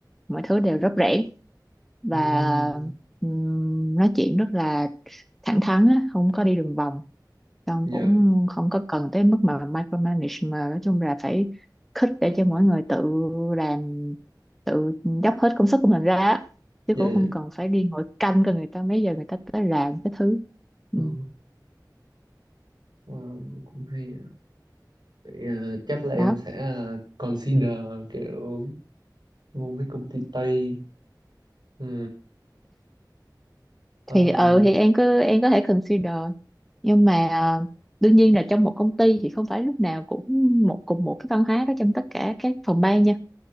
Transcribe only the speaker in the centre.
mọi thứ đều rất rẻ và
ừm, nói chuyện rất là thẳng thắn á, không có đi đường vòng xong
cũng không có cần tới mức mà micromanage mà nói chung là phải khích để cho mỗi người tự làm tự dốc hết công sức của mình ra á. chứ
cũng
không
cần phải đi ngồi canh cho người ta mấy giờ người ta tới làm cái thứ ừ.
đó
thì
ừ thì em cứ em có thể consider nhưng mà ờ, đương nhiên là trong một công ty thì không phải lúc nào cũng một cùng một cái văn hóa đó trong tất cả các phòng ban nha